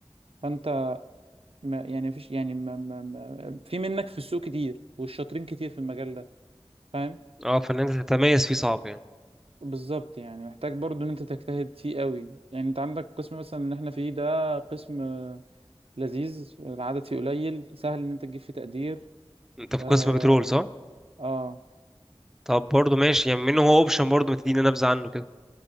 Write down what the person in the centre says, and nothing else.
اه فان انت تتميز فيه صعب يعني
انت في
قسم بترول صح
طب برضو ماشي يعني منه هو اوبشن برضو ما تدينا نبذه عنه كده